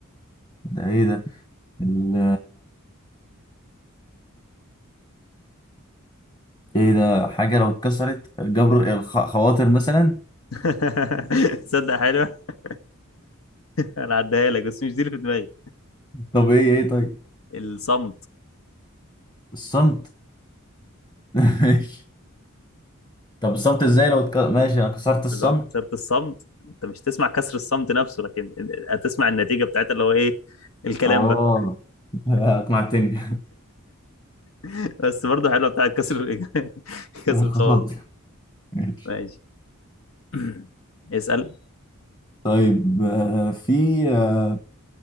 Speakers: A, on the left (about 20°); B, on the left (about 80°).
A: ده ايه ده ال... ايه ده حاجة لو اتكسرت جبر الخواطر مثلا
B: <laughs> تصدق حلو <laughs> انا عديها لك بس مش دي اللي في دماغي
A: طب ايه ايه طيب
B: الصمت
A: الصمت <laughs> ماشي طب الصمت ازاي لو اتك... ماشي انا كسرت الصمت
B: لو كسرت الصمت انت مش تسمع كسر الصمت نفسه لكن هتسمع النتيجه بتاعتها اللي هو ايه الكلام
A: اه
B: بقى
A: لا، اقنعتني
B: <laughs> بس برضه حلوه بتاعت كسر <laughs> كسر
A: لا، خلاص
B: الخواطر
A: ماشي
B: ماشي <clears throat> اسال
A: طيب آه، في آه،